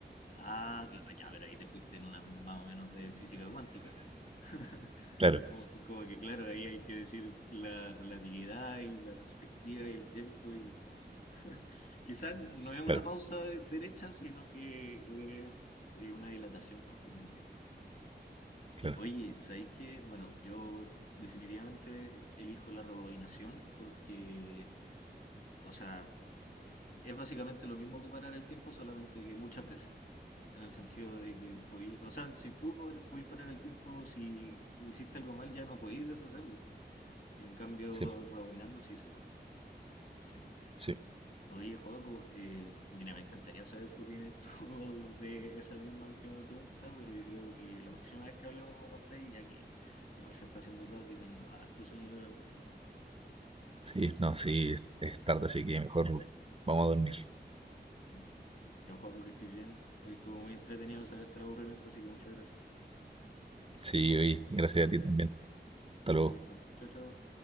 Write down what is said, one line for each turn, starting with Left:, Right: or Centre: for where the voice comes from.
Left: Ah, cla- ah, ya, pero ahí te fuiste en una más o menos de física cuántica. <laughs>
Right: Claro,
Left: Como, como que claro, ahí hay que decir la relatividad y la perspectiva y el tiempo y no. <laughs> Quizás no es
Right: claro,
Left: una pausa de- derecha, sino que eh, es una dilatación más bien del tiempo.
Right: claro.
Left: Oye, ¿sabéis que, Bueno, yo definitivamente elijo la rebobinación porque, o sea, es básicamente lo mismo que parar el tiempo, solamente que muchas veces. En el sentido de que podí, o sea, si tú pa- podís parar el tiempo, si hiciste algo mal, ya no podís deshacerlo. En cambio,
Right: Sí,
Left: rebobinando sí se puede. Sí.
Right: sí.
Left: Oye, Joaco, eh, mira, me encantaría saber qué opinas tú <laughs> de esa misma última pregunta, pero yo creo que la próxima vez que hablemos me contáis, ya que igual se está haciendo tarde y tengo harto sueño, la verdad.
Right: Sí, no, sí, es es tarde, así que mejor vamos a dormir.
Left: Ya, ya, Joaco, que estés bien. Hoy estuvo muy entretenido, me sacaste el aburrimiento, así que muchas gracias.
Right: Sí, oye, gracias a ti también. Hasta
Left: Ya,
Right: luego.
Left: listo. Chao, chao.